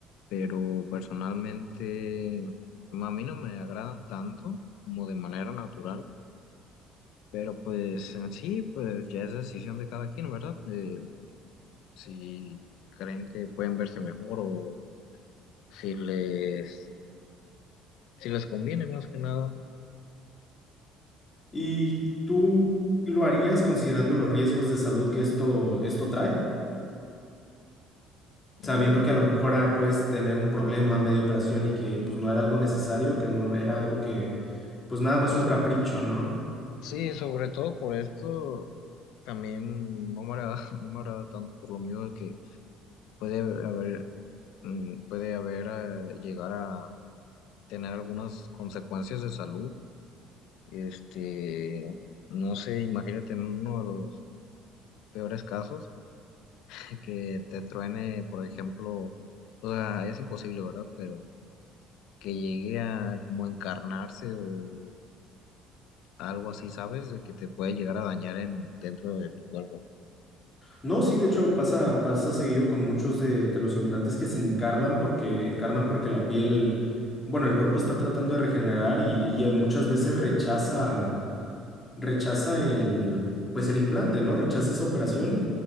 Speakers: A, on the left; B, on the left.
A: pero personalmente mm, a mí no me agradan tanto como de manera natural, pero pues en sí, pues ya es decisión de cada quien, ¿verdad? De si creen que pueden verse mejor o si les... si les conviene más que nada.
B: ¿Y tú lo harías considerando los riesgos de salud que esto, esto trae? sabiendo
A: Eh,
B: que a lo mejor ah, puedes tener un problema medio operación y que pues no era algo necesario, que no era algo que pues nada más
A: eso,
B: un capricho, ¿no?
A: sí, sobre todo por esto también no me agrada, <laughs> no me agrada tanto por lo miedo de que puede haber, mm, puede haber eh, llegar a tener algunas consecuencias de salud. Este, no sé, imagínate en uno de los peores casos <laughs> que te truene, por ejemplo, o sea, es imposible, ¿verdad? Pero que llegue a como encarnarse o algo así, ¿sabes? De que te puede llegar a dañar en, dentro de tu cuerpo.
B: No, sí, de hecho pasa, pasa seguido con muchos de, de los implantes que se encarnan porque encarnan porque la piel, bueno, el cuerpo está tratando de regenerar y, y, eh, muchas veces rechaza, rechaza el, pues el implante, ¿no? Rechaza esa operación